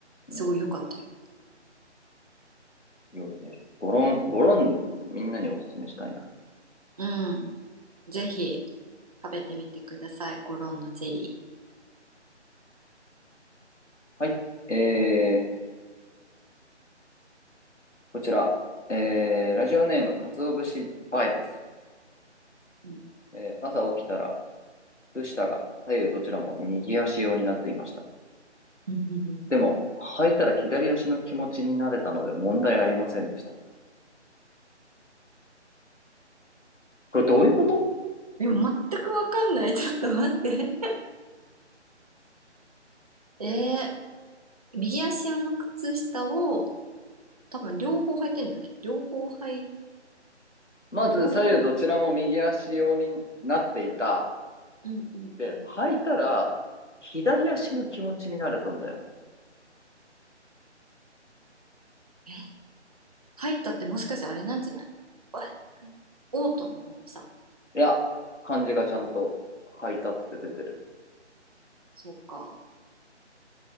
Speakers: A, on the left; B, on the right.
A: うん、
B: すごい良かったよね。
A: 良いです。ゴロン、ゴロン、みんなにおすすめしたいな。
B: うん。ぜひ食べてみてください。コロンのゼリ
A: はい。えー、こちら。えー、ラジオネーム、かつお節バイブス。
B: ー。うん
A: えー、朝起きたら、靴下が左右どちらも右足用になっていました。
B: <laughs>
A: でも、履いたら左足の気持ちになれたので問題ありませんでした。これどういうこと
B: でも全くわかんない。<laughs> ちょっと待って。え右足の靴下を多分両方履いてんだよね。両方履い、ん
A: まず左右どちらも右足用になっていた。
B: 両方。うんうんうん。
A: で、履いたら、左足の気持ちになれたんだよ。
B: え履いたってもしかしてあれなんじゃないわオートの方のさ。
A: いや、漢字がちゃんと履いたって出てる。
B: そうか。